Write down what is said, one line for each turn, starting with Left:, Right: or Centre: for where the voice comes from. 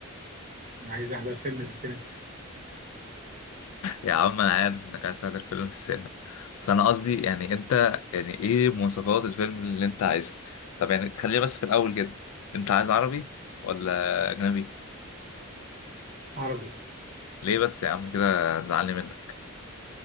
Right: أنا عايز احضر فيلم في السينما
Left: يا عم انا عارف انك عايز تعمل فيلم في السينما بس انا قصدي يعني انت يعني ايه مواصفات الفيلم اللي انت عايزها طب يعني خلينا بس في الاول كده انت عايز عربي ولا اجنبي
Right: عربي
Left: ليه بس يا عم كده هتزعلني منك